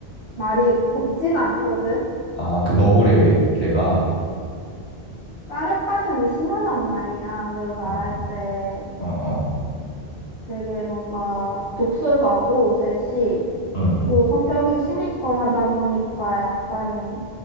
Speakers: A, on the left; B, on the left.
A: 말이 곱진 않거든.
B: 아, 그 너구리
A: 약간 되게
B: 개가,
A: 사르카즘이 심하단 말이야. 뭘 말할
B: 어,
A: 때
B: 어, 어,
A: 되게 뭔가 독설가고 셋이
B: 응,
A: 또 성격이 시니컬하다 보니까 약간